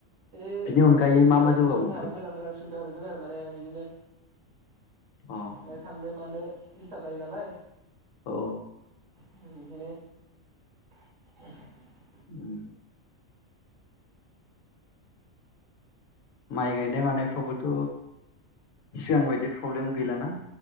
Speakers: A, on the right (about 70°); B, on the left (about 75°).
A: बे
B: बिनि अनगायै मा
A: फरायसाफोरनि
B: मा जौगाबावखो?
A: थाखाय मोजां मोजां सुबिदा होजोबदों आरो माने बिदिनो
B: अ
A: <unintelligible> थांनोब मानो दिस्टाब जायो नालाय
B: औ
A: उम ओंखायनो <unintelligible>
B: उम माइ गायनाय मानायफ्रावबोथ सिगां बायदि फ्रबलेम गैलाना?